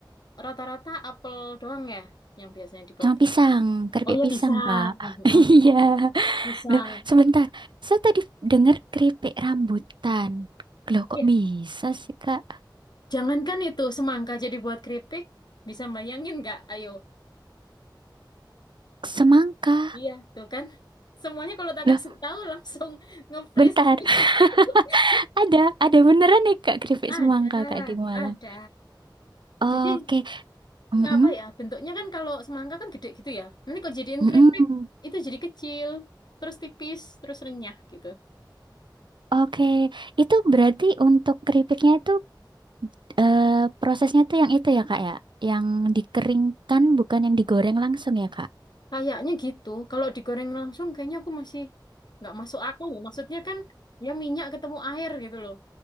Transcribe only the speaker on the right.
cuma pisang, keripik
pisang
Kak. <laughs>
Iya.
Loh, sebentar. Saya tadi dengar keripik rambutan. Loh, kok
bisa sih, Kak?
Semangka.
Loh,
bentar.
<laughs> Ada, ada beneran nih, Kak, keripik
semangka, Kak, di Malang.
Oke.
Mm-mm.
Mm-mm.
Oke. Itu berarti untuk keripiknya itu eh, prosesnya tuh yang itu ya, Kak, ya? Yang dikeringkan, bukan yang digoreng langsung ya, Kak?